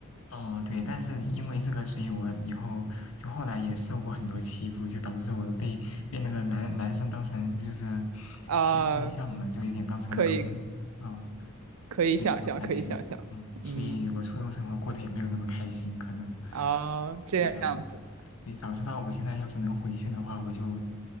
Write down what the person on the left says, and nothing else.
哦，对，但是因为这个，所以我以后就后来也受过很多欺负，就导致我被被那个男男生当成就是
欺负对象了，就有点当成那个公，
嗯。
对，这种感觉，
嗯，所以我初中生活过得也没有那么开心，
可能
提下来，对，早知道我现在要是能回去的话，我就